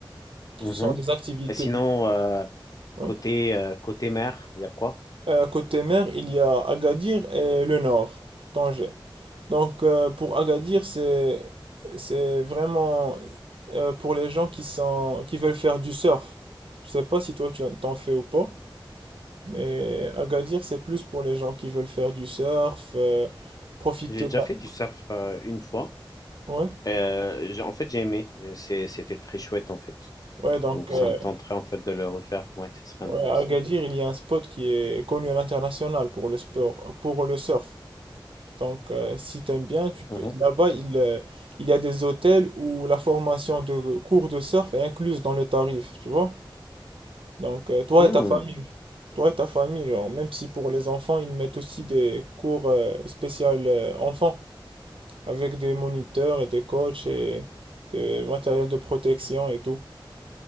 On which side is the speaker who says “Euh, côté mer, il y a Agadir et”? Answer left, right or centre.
Right